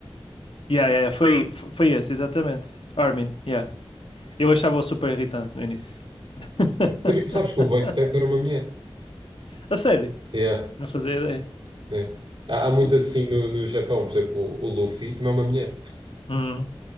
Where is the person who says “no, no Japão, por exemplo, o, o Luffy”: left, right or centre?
Right